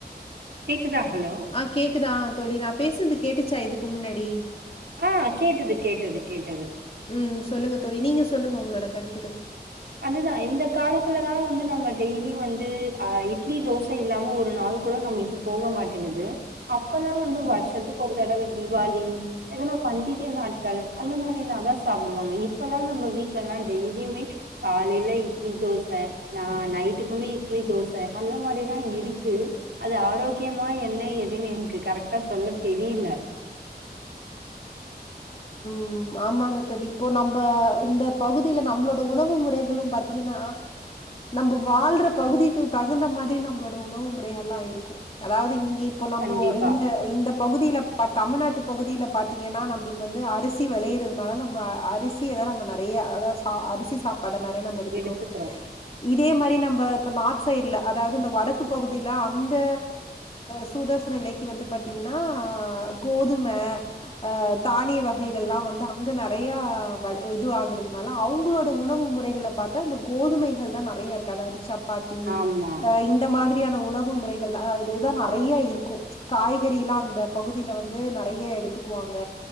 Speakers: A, on the right; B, on the left.
A: கேக்குதா ஹலோ
B: ஆ கேக்குதா தோழி நா பேசுறது கேட்டுச்சா இதுக்கு முன்னாடி
A: ஆ கேட்டது கேட்டது கேட்டது
B: ம் சொல்லுங்க தோழி நீங்க சொல்லுங்க உங்களோட கருத்துக்கள்
A: அதுதா இந்த காலத்துலதா வந்து நம்ம டெய்லி வந்து அ இட்லி தோச இல்லாம ஒரு நாள் கூட நம்மள் போக மாட்டேங்குது அப்பலா வந்து வருஷத்துக்கு ஒரு தடவ தீவாளி எதனா பண்டிக நாட்கள் அந்த மாதிரினாதா சாப்டுவாங்க இப்பெல்லா நம்ம வீட்ல எல்லா டெய்லியுமே காலையில இட்லி தோச ந நைட்டுக்குமே இட்லி தோசை ம அந்த மாரிதா இருக்கு அது ஆரோக்கியமா என்ன ஏதுன்னு எனக்கு கரெக்டா சொல்ல தெரில
B: ம் ஆமாங்க தோழி இப்போ நம்ம இந்த பகுதியில நம்மளோட உணவு முறைகளு பாத்தீங்கன்னா நம்ம வாழ்ற பகுதிகள் தகுந்த மாதிரி நம்மளோட உணவு முறைகள்ல்லா இருக்கும் அதாவது இங்கே இப்போ நம்போ
A: கண்டிப்பா
B: இந்த இந்த பகுதியில தமிழ்நாட்டு பகுதியில பாத்தீங்கன்னா நம்மளுக்கு வந்து அரிசி வெளையறதுனால நம்ம அரிசிய நம்ம நெறைய அத அரிசி சாப் பட நெறைய நம்ம எடுத்துக்கோ
A: எடுத்துக்கிறோ
B: இதே மாதிரி நம்ம இப்ப நார்த் சைட்ல அதாவது இந்த வடக்கு பகுதியில அந்த சூதோஷ நிலை வந்து பாத்தீங்கன்னா கோதும அ தானிய வகைகள்லா வந்து அங்க நெறைய வல இது அகறதுனால அவங்களோட உணவு முறைகள பாத் இந்த கோதுமைகள் தா நெறையார்க்கு அதாது சப்பாத்தி
A: ஆமா
B: இந் இந்த மாதிரியான உணவு முறைகள் ஆ இத்தா நெறைய இருக்கு காய்கறி எல்லா அந்த பகுதியில வந்து நெறைய எடுத்துக்குவாங்க